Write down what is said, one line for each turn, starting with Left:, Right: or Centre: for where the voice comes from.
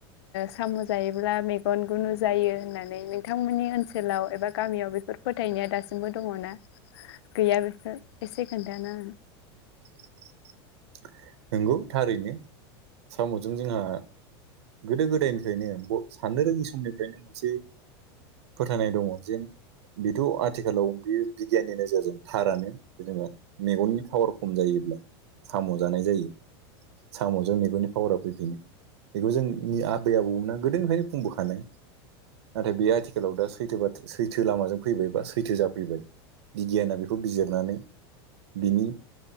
Left: साम' जायोब्ला मेगन गुनु जायो होननानै नोंथांमोननि ओनसोलाव एबा गामियाव बेफोर फोथायनाया दासिमबो दङना गैया बेफोर एसे खोनथा ना
Right: <inaudible> नंगौ थारैनो साम'जों जोंहा गोदो गोदायनिफ्रायनो साननो रोङि समनिफ्रायनो मोनसे फोथायनाय दङ जेन बेथ' आथिखालाव बे बिगियाननि नोजोरजों थारानो जेनेबा मेगननि पावार खम जायोब्ला साम' जानाय जायो साम'जों मेगननि पावारा फैफिनो। बेखौ जोंनि आबै आबौमोनना गोदोनिफ्रायनो बुंबोखानाय। नाथाय बेयो आथिखालाव दा सैथो बा सैथो लामाजों फैबाय बा सैथो जाफैबाय। बिगियाना बेखौ बिजिरनानै बिनि